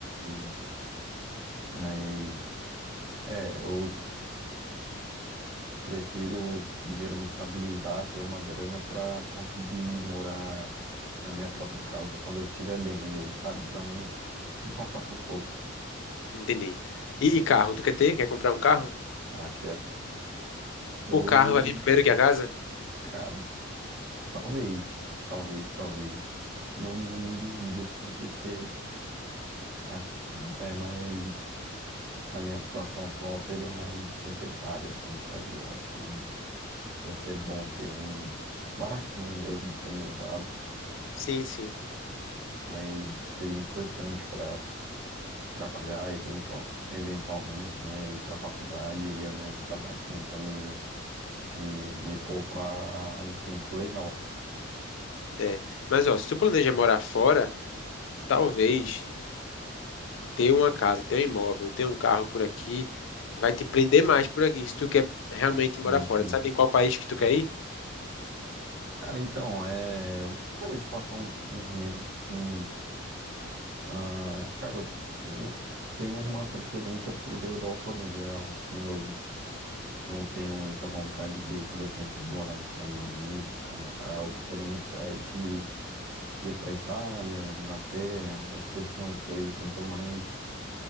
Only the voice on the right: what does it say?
e- mas é, eu Prefiro primeiro me estabilizar, ter uma grana para conseguir morar na minha própria casa quando eu estiver bem mesmo, sabe? para não, não passar sufoco.
Ah, quero. Eu,
cara, talvez, talvez, talvez. Não, não duvido, assim, porque acho que carro é mais. Na minha situação atual seria mais necessário, assim, sabe? Eu acho que ia ser bom ter um baratinho mesmo, sem usado,
mas seria importante para trabalhar eventual, eventualmente, né, ir para a faculdade ia me ajudar bastante a me, me, me poupar um tempo legal.
Assim,
assim.
Cara, então, é, eu gostaria de passar um- uns meses assim. ah, cara, eu tenho uma preferência por Europa no geral, assim, eu não tenho muita vontade de, por exemplo, morar nos Estados Unidos, Canadá. Eu gostaria muito eh, de, de ir para Itália, Inglaterra. Eu acho que esses são os dois assim que eu mais